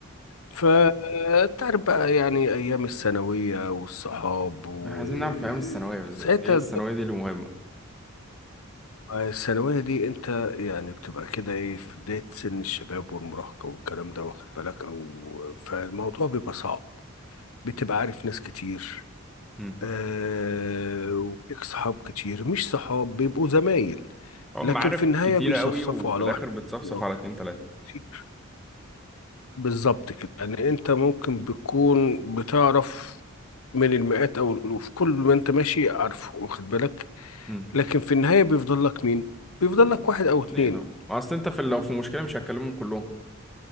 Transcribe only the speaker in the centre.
احنا عايزين نعرف ايام الثانوية بالذات هي الثانوية دي اللي مهمة
مم.
اه
معارف
كتيرة
قوي وفي
الاخر
بتصفصف
على اتنين تلاتة
مم.
مم.
اتنين اهو اصل انت في لو في مشكلة مش هتكلمهم كلهم